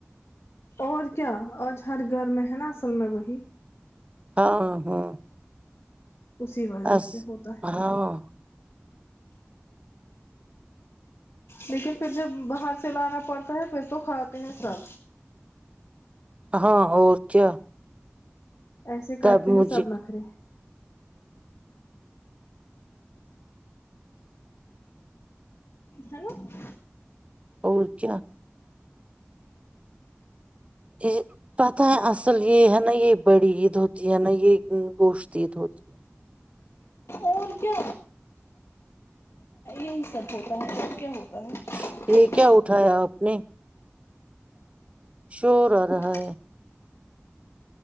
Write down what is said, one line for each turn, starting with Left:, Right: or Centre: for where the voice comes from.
Left: اور کیا آج ہر گھر میں ہے نا اصل میں وہی
Right: ہاں ہاں ہاں
Left: اسی وجہ
Right: اس
Left: سے ہوتا ہے
Right: ہاں <inaudible>
Left: لیکن پھر جب باہر چلانا پڑتا ہے پھر تو کھاتے ہیں سب
Right: ہاں اور کیا
Left: ایسے
Right: تب
Left: کرتے ہیں
Right: مجھے
Left: سب نخرے ہے نا
Right: اور کیا یہ پتہ ہے اصل یہ ہے نا یہ بڑی عید ہوتی ہے نا یہ گوشت عید ہوتی ہے
Left: اور کیا ہی سب ہوتا ہے سب کیا ہوتا <inaudible>
Right: ہے یہ کیا اٹھایا آپ نے <inaudible> شو رہا
Left: اٹھ
Right: رہا ہے